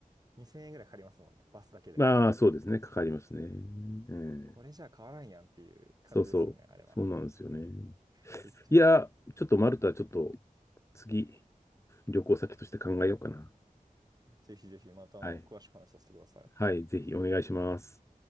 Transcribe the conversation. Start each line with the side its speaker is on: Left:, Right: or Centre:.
Right: 2000円ぐらいかかりますもんね。バスだけで。
Left: まあ、そうですね。かかりますね。ええ
Right: これじゃあ変わらんやんっていう感じですよね、
Left: そうそう。
Right: あれは。
Left: そうなんですよね。
Right: 結局。
Left: いや、ちょっとマルタ、ちょっと次、旅行先として考えようかな。
Right: ぜひぜひまたあの、
Left: はい。
Right: 詳しく話させてください。
Left: はい、ぜひお願いします。